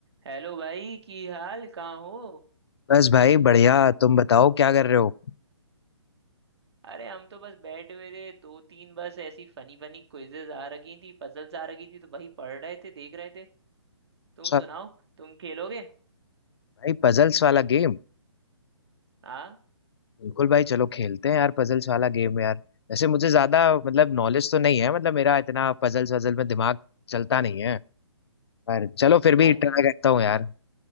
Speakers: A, on the right; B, on the left.
A: Hello भाई की हाल कहाँ हो
B: बस भाई बढ़िया तुम बताओ क्या कर रहे हो
A: अरे हम तो बस बैठे हुए थे दो तीन बस ऐसी फनी फनी क्विजेज आ रखी थी पजल्स आ रखी थी तो वही पढ़ रहे थे देख रहे थे तुम
B: अच्छा
A: सुनाओ तुम खेलोगे
B: भाई पजल्स वाला गेम
A: हाँ
B: बिल्कुल भाई चलो खेलते हैं यार पजल्स वाला गेम यार वैसे मुझे ज्यादा मतलब नॉलेज तो नहीं है मतलब मेरा इतना पजल्स वजल में दिमाग चलता नहीं है पर चलो फिर
A: आए
B: भी ट्राई
A: तो
B: करता हूँ यार